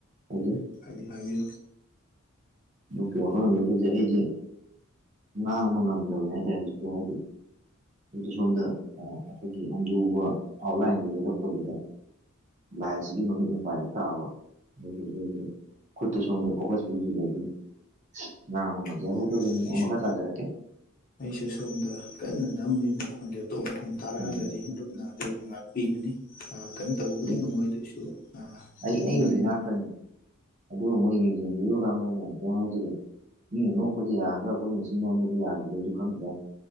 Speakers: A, on the right (about 35°); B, on the left (about 40°).
A: ꯐꯖꯩ
B: ꯍꯥꯏ ꯍꯥꯏꯌꯦ
A: ꯅꯣꯛꯀꯤ ꯋꯥꯈꯜꯂꯣꯟꯗꯒꯖꯦ ꯑꯩꯖꯦ ꯉꯥꯡꯕ ꯉꯝꯗꯕꯅꯦ ꯍꯥꯏꯇꯥꯔꯦ ꯍꯧꯖꯤꯛꯀꯤꯗꯣ ꯍꯥꯏꯗꯤ ꯑꯗꯨꯗꯤ ꯁꯣꯝꯗ ꯑꯈꯣꯏꯒꯤ ꯌꯥꯝ ꯂꯨꯕ ꯑꯥꯎꯠꯂꯥꯏꯟꯗ ꯌꯦꯛꯂꯛꯄꯗꯨꯗ ꯂꯥꯏꯁꯤꯒꯤ ꯃꯃꯤꯠ ꯃꯄꯥ ꯍꯦꯛ ꯇꯥꯕ <unintelligible> ꯈꯨꯠꯇꯣꯁꯣꯝꯗ ꯐꯣꯀꯁ ꯄꯤꯈꯤꯕꯒꯤ ꯉꯥꯡꯕ ꯉꯝꯖꯍꯧꯗ꯭ꯔꯕꯅꯤꯅ
B: ꯑꯩꯁꯨ
A: ꯑ ꯃꯈꯥ ꯇꯥꯖꯔꯛꯀꯦ
B: ꯑꯩꯁꯨ ꯁꯣꯝꯗ ꯀꯟꯅ ꯅꯝꯕꯒꯤ ꯃꯈꯣꯟꯗꯣ ꯑꯗꯣ ꯂꯦꯞꯇꯣꯞ ꯃꯈꯣꯟꯜ ꯇꯥꯔꯛꯑꯒꯗꯤ
A: ꯎꯝ
B: ꯑꯗꯨꯕꯨ ꯉꯥꯛꯄꯤꯒꯅꯤ ꯑ ꯀꯩꯝ ꯇꯧꯕꯕꯨꯗꯤ
A: ꯑꯦ
B: ꯉꯝꯃꯣꯏ ꯑꯗꯨꯏꯁꯨ
A: ꯑꯩ
B: ꯑꯗꯨꯝ
A: ꯑꯩ ꯑꯣꯏꯗꯤꯉꯥꯛꯀꯅꯤ
B: ꯂꯩꯔ
A: ꯑꯗꯨꯕꯨ ꯃꯣꯏ ꯌꯦꯡꯖꯤꯟꯕꯤꯔꯤꯕ ꯀꯥꯡꯕꯨꯅ ꯑꯃꯨꯛꯇ ꯉꯥꯡꯖꯒꯦ ꯃꯤꯅ ꯅꯣꯛꯄꯗꯤ ꯌꯥꯔꯒ ꯑꯈꯣꯏꯅ ꯆꯤꯟ ꯅꯣꯝꯕꯗꯤ ꯌꯥꯗ꯭ꯔꯗꯤ ꯑꯈꯣꯏꯁꯦ ꯈꯪꯗ꯭ꯔꯦ